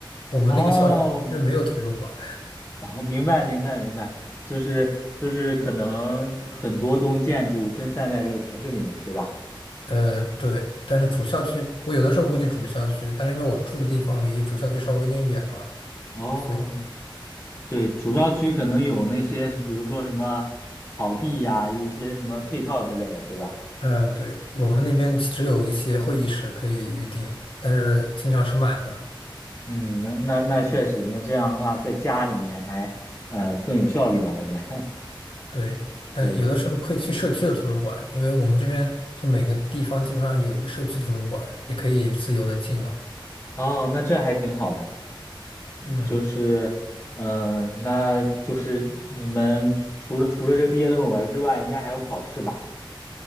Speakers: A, on the left; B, on the left.
A: 我们那个校区是没有图书馆。
B: 哦，哦，明白明白明白，就是就是可能很多栋建筑分散在这个城市里面，对吧？
A: 呃，对，但是主校区，我有的时候会去主校区，但是因为我住的地方离主校区稍微有点远嘛，
B: 哦。
A: 所以，
B: 对，主校区可能有那些，比如说什么草地呀，有一些什么配套之类的，对吧？
A: 呃，对，我们那边只有一些会议室可以预定，但是经常是满的。
B: 嗯，那那那确实，那这样的话，在家里面还呃更有效率吧，感觉。<laughs>
A: 对，但有的时候可以去社区的图书馆，
B: 对，
A: 因为我们这边就每个地方基本上有一个社区图书馆，也可以自由的进嘛。
B: 哦，那这还挺好的，
A: 嗯，
B: 就是，嗯、那就是你们除了除了这个毕业论文之外，应该还有考试吧？